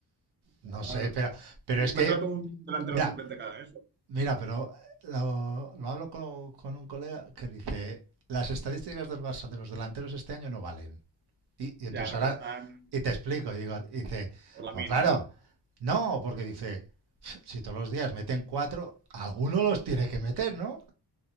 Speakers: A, on the right (about 70°); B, on the right (about 30°).
A: No
B: Ya,
A: sé, pero, pero es
B: Encuentra
A: que,
B: tú un delantero
A: mira,
B: suplente cada eso.
A: mira, pero lo, lo hablo con, con un colega que dice, las estadísticas del Barça de los delanteros este año no valen. Y, y entonces
B: Ya, porque
A: ahora,
B: están
A: y te explico, digo, dice,
B: por la
A: pues
B: min,
A: claro,
B: ¿no?
A: no, porque dice, si todos los días meten cuatro, alguno los tiene que meter, ¿no?